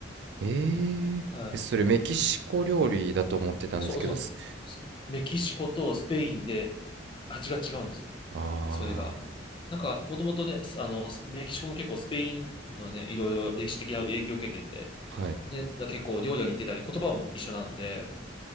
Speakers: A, on the right (about 65°); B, on the left (about 30°).
A: えーえ、
B: はい。
A: それメキシコ料理だと思ってたんですけど、
B: そうそう。
A: す
B: そメキシコとスペインで味が違うんですよ。
A: ああ、
B: それが。なんか、もともとね、あの、メキシコも結構スペインのね、いろいろ歴史的な影響を受けてて、
A: はい。
B: ね、だ結構料理に似てたり、言葉も一緒なんで、